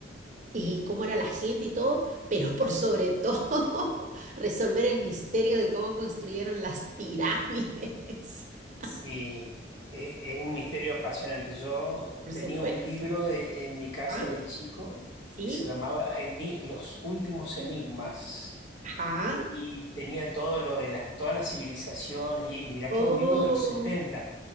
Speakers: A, on the right (about 40°); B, on the left (about 70°).
A: eh, cómo era la gente y todo, pero por sobre todo <laughs> resolver el misterio de cómo construyeron las pirámides. <laughs>
B: Sí, es, es un misterio apasionante. Yo
A: Por
B: tenía
A: supuesto.
B: un libro de- en mi casa
A: Ajá,
B: de chico
A: sí,
B: que se llamaba Eni- Los últimos enigmas
A: ajá.
B: y tenía todo lo de las, todas las civilizaciones y mirá
A: Oh,
B: que es un libro de los setenta